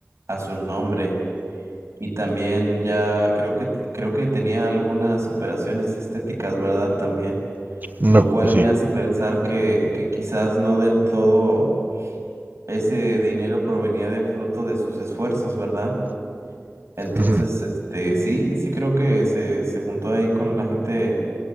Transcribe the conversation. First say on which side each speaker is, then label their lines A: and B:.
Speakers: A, on the right; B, on the right.
A: A su nombre. Y también ya creo que, te- creo que tenía algunas operaciones estéticas, ¿verdad? También.
B: Me-
A: Lo cual
B: sí.
A: me hace pensar que, que quizás no del todo ese dinero provenía de fruto de sus esfuerzos, ¿verdad? Entonces,
B: Ujú.
A: este, sí, sí creo que se, se juntó ahí con la gente